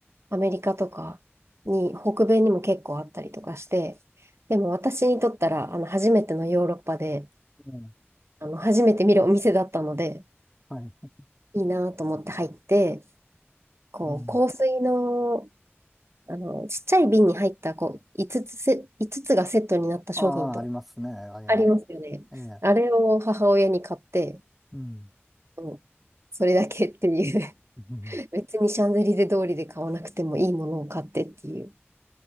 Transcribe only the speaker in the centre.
うん、
はい、
うん。
ああ、ありますね、ああいうの。
ええ、
うん、
うん。